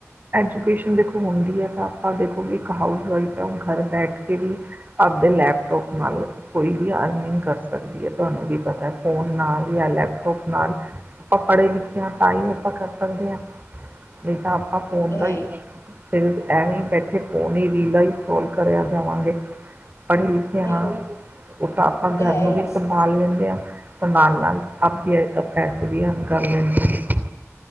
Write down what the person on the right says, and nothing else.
<unintelligible> ਦੇਖੋ ਹੁੰਦੀ ਹੈ ਤਾਂ ਆਪਾਂ ਦੇਖੋ ਵੀ ਇੱਕ ਹਾਊਸ ਵਾਈਫ ਹੈ ਉਹ ਘਰ ਬੈਠ ਕੇ ਵੀ ਆਪਦੇ ਲੈਪਟੋਪ ਨਾਲ ਕੋਈ ਵੀ ਅਰਨਿੰਗ ਕਰ ਸਕਦੀ ਹੈ ਤੁਹਾਨੂੰ ਵੀ ਪਤਾ। ਫ਼ੋਨ ਨਾਲ ਜਾਂ ਲੈਪਟੋਪ ਨਾਲ ਆਪਾਂ ਪੜ੍ਹੇ ਲਿਖੇ ਹਾਂ ਤਾਂ ਹੀ ਆਪਾਂ ਕਰ ਸਕਦੇ ਹਾਂ। ਨਹੀਂ ਤਾਂ ਆਪਾਂ ਫੋਨ
ਦਾ ਹੀ ਨਹੀਂ। ਐਵੇਂ ਹੀ ਬੈਠੇ ਫੋਨ ਈ ਰੀਲਾ ਈ ਸਕਰੋਲ ਕਰੀ ਜਾਵਾਂਗੇ। ਪੜ੍ਹੇ ਲਿਖੇ
ਹਾਂ ਉਹ ਤਾਂ ਆਪਾਂ
ਘਰ
ਨੂੰ ਵੀ ਸੰਭਾਲ ਲੈਂਦੇ ਹਾਂ। ਨਾਲ ਆਪ ਵੀ ਪੈਸੇ ਵੀ ਅਰਨ ਕਰ ਲੈਂਦੇ।।